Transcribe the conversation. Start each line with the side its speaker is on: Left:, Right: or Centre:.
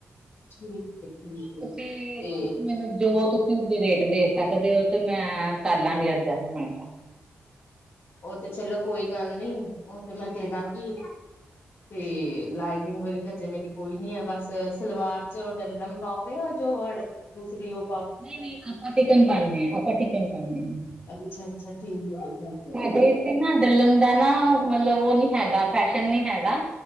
Left: ਠੀਕ। <unintelligible>
Right: ਤੁਸੀ,
Left: ਤੇ
Right: ਮੈਨੂੰ ਜੋ ਤੁਸੀ ਰੇਟ ਦੇ ਸਾਕਦੇ ਓ ਤੇ ਮੈਂ, ਕਾਰ ਲਾਂਗੀ ਅਡਜਸਟਮੈਂਟ।
Left: ਓ ਤੇ ਚਲੋ ਕੋਈ ਗੱਲ ਨੀ, ਓ ਤੇ ਮੈਂ ਦੇ ਦਾਂਗੀ। ਤੇ, ਲਾਈਨਿੰਗ ਵਾਲੀ। ਜੇ ਮੇਰੀ ਕੋਈ ਨੀ ਐ ਬਸ, ਸਲਵਾਰ ਚ ਓ ਡੱਲਮ ਪਾਓਗੇ ਜੋ ਦੂਸਰੀ ਓ।
Right: ਨਈ, ਨਈ ਆਪਾਂ ਟਿਕਨ ਪਾਨੇ ਆਂ, ਆਪਾ ਟਿਕਨ ਪਾਨੇ ਆ।
Left: ਅੱਛਾ ਅੱਛਾ, ਠੀਕ। ਹੈ ਠੀਕ ਹੈ
Right: ਸਾਡੇ ਏਥੇ ਨਾ ਡੱਲਮ ਦਾ ਨਾ, ਮਲਬ ਓ ਨੀ ਹੈਗਾ ਫੈਸ਼ਨ ਨੀ ਹੈਗਾ।